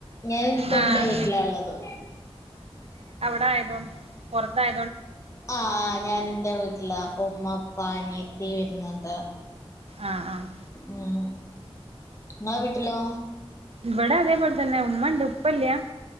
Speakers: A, on the left; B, on the right.
A: ഞാന് ഇപ്പ
B: ആഹ്
A: എന്റെ വീട്ടിലാ ഉള്ളത്
B: തായതോണ്ട് പുറത്തായ
A: ആ ഞാൻ എന്റെ വീട്ടില അപ്പ ഉമ്മപ്പ അനിയത്തി വരുന്നുണ്ട്
B: ആഹ് ആഹ്
A: ഉം ഇങ്ങള വീട്ടിലോ
B: ഇവിടെ അതേപോലെ തന്നെ ഉമ്മണ്ട് ഉപ്പല്യ